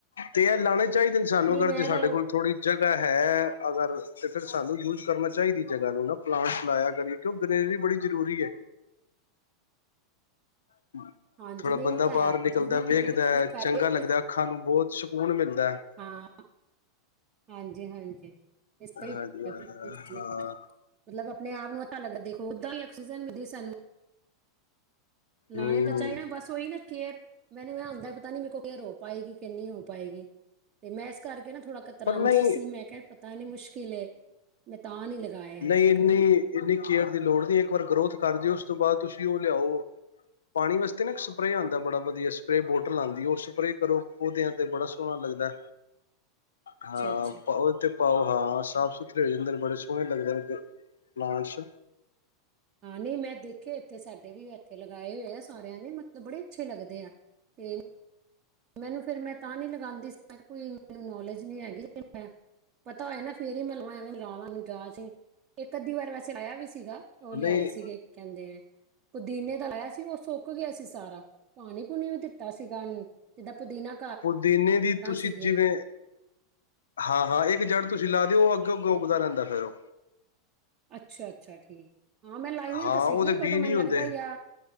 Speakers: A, on the left; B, on the right.
A: ਤੇ ਇਹ ਲਾਣੇ ਚਾਹੀਦੇ ਨੇ ਸਾਨੂੰ
B: ਨਹੀਂ
A: ਅਗਰ
B: ਮੈਂ
A: ਜੇ ਸਾਡੇ
B: ਤਾਂ ਉਹ-
A: ਕੋਲ ਥੋੜ੍ਹੀ ਜਗ੍ਹਾ ਹੈ। ਅਗਰ ਤੇ ਫਿਰ ਸਾਨੂੰ ਯੂਜ ਕਰਨਾ ਚਾਹੀਦੀ, ਜਗਾ ਨੂੰ ਨਾ ਪਲਾਂਟਸ ਲਾਇਆ ਕਰੀ ਕਿਉਂਕਿ ਗਰੀਨਰੀ ਬੜੀ ਜ਼ਰੂਰੀ ਹੈ। <unintelligible>
B: ਹਾਂਜੀ
A: ਥੋੜ੍ਹਾ
B: ਨਹੀਂ
A: ਬੰਦਾ
B: ਉਹ ਤਾਂ
A: ਬਾਹਰ
B: ਹੈ
A: ਨਿਕਲਦੈ
B: ਜ਼ਰੂਰੀ ਹੈ
A: ਵੇਖਦਾ,
B: ਕਿਉਂਕਿ ਉਹਦੇ ਫਾਇਦੇ
A: ਚੰਗਾ ਲੱਗਦਾ ਅੱਖਾਂ ਨੂੰ ਬਹੁਤ ਸਕੂਨ ਮਿਲਦਾ।
B: ਹਾਂ ਹਾਂਜੀ-ਹਾਂਜੀ ਸਹੀ,
A: ਹਾਂਜੀ
B: ਕਿਹਾ
A: ਹਾਂ
B: ਬਿਲਕੁਲ ਸਹੀ ਕਿਹਾ। ਮਤਲਬ ਆਪਣੇ ਆਪ ਨੂੰ ਉਸ ਹਾਲਤ ਵਿੱਚ ਦੇਖੋ, ਓਦਾਂ ਹੀ ਆਕਸੀਜਨ ਮਿਲਦੀ ਸਾਨੂੰ ਲਾਣੇ
A: ਹਮ
B: ਤਾਂ, ਚਾਹੀਏ ਬਸ ਉਹੀ ਨਾ ਕੇਅਰ ਮੈਨੂੰ ਇਹ ਹੁੰਦਾ, ਹੀ ਪਤਾ ਨੀ ਮੇਰੇ ਕੋਲੋਂ ਕੇਅਰ ਹੋ ਪਾਏਗੀ, ਕਿ ਨਹੀ ਹੋ ਪਾਏਗੀ। ਤੇ ਮੈਂ ਇਸ ਕਰਕੇ ਨਾ ਥੋੜਾ ਕਤਰਾਉਂਦੀ
A: ਪਰ ਨਹੀਂ
B: ਸੀ, ਮੈਂ ਕਿਹਾ ਪਤਾ ਨੀ ਮੁਸ਼ਕਿਲ ਕਿਲੇ ਮੈਂ ਤਾਂ ਨੀ ਲਗਾਾਇਆ
A: ਨਹੀਂ
B: ਹਲੇੇ ਤੱਕ
A: ਇੰਨੀ
B: ਨਾ,
A: ਇੰਨੀ ਕੇਅਰ ਦੀ ਲੋੜ ਨਹੀਂ ਇੱਕ ਵਾਰ ਗਰੋਥ ਕਰਦੇਓ, ਉਸ ਤੋਂ ਬਾਅਦ ਤੁਸੀਂ ਉਹ ਲਿਆਓ। ਪਾਣੀ ਵਾਸਤੇ ਨਾ ਇੱਕ ਸਪਰੇਅ ਆਉਂਦਾ ਬੜਾ ਵਧੀਆ ਸਪਰੇ ਬੋਟਲ ਆਉਂਦੀ ਉਹ ਸਪਰੇਅ ਕਰੋ, ਪੌਦਿਆਂ ਤੇ ਬੜਾ ਸੋਹਣਾ ਲੱਗਦਾ।
B: ਅੱਛਾ
A: ਹਾਂ,
B: ਅੱਛਾ
A: ਪਾਓ ਤੇ ਪਾਓ ਹਾਂ। ਸਾਫ ਸੁਥਰੇ ਹੋ ਜਾਂਦੇ ਨੇ, ਬੜੇ ਸੋਹਣੇ ਲਗਦੇ ਨੇ ਪਲਾਂਟਸ
B: ਹਾਂ, ਨਈ ਮੈਂ ਦੇਖੇ ਏਥੇ, ਸਾਡੇ ਵੀ ਏਥੇ ਲਗਾਏ ਹੋਏ ਆ ਸਾਰੇਆਂ ਨੇ, ਮਤਲਬ ਬੜੇ ਅੱਛੇ ਲੱਗਦੇ ਆ। ਤੇ ਮੈਨੂੰ ਫੇਰ ਮੈਂ ਤਾਂ ਨਈ ਲਗਾਂਦੀ ਸੀ, ਮੈਂ ਕੇਆ ਕੋਈ ਮੈਨੂੰ ਨੌਲੇਜ ਨਈ ਹੈਗੀ, ਤੇ ਮੈਂ, ਪਤਾ ਹੋਏ ਨਾ ਫੇਰ ਈ ਮੈਂ ਲਵਾਂ, ਐਵੇਂ ਲਾਲਾ ਨੂੰ ਜਾਚ ਈ ਏਕ ਅੱਧੀ ਵਾਰ ਵੈਸੇ ਲਾਇਆ ਵੀ ਸੀਗਾ, ਉਹ ਲਿਆਏ
A: ਨਹੀਂ
B: ਸੀਗੇ, ਕੀ ਕੈਂਦੇ ਨੇ? ਪੁਦੀਨੇ ਦਾ ਲਾਇਆ ਸੀ, ਉਹ ਸੁੱਕ ਗਿਆ ਸੀ ਸਾਰਾ, ਪਾਣੀ ਪੂਣੀ ਵੀ ਦਿੱਤਾ ਸੀਗਾ, ਅਨ ਜਿੱਦਾਂ ਪੁਦੀਨਾ
A: ਪੁਦੀਨੇ ਦੀ ਤੁਸੀਂ
B: ਸੀਗੀਆਂ
A: ਜਿਵੇਂ ਹਾਂ-ਹਾਂ ਏਕ ਜੜ੍ਹ ਤੁਸੀਂ ਲਾ ਦਿਓ, ਔਹ ਅੱਗੋਂ-ਅੱਗੋਂ ਉੱਗਦਾ ਰਹਿੰਦਾ ਫੇਰ ਔਹ।
B: ਅੱਛਾ-ਅੱਛਾ ਠੀਕ, ਹਾਂ ਮੈਂ ਲਾਈਆਂ
A: ਹਾਂ
B: ਤੇ ਸੀਗੀਆਂ
A: ਉਹਦੇ
B: ਬਟ
A: ਬੀਅ
B: ਔ ਮੈਨੂੰ
A: ਨਹੀਂ ਹੁੰਦੇ
B: ਲੱਗਦਾ ਯਾ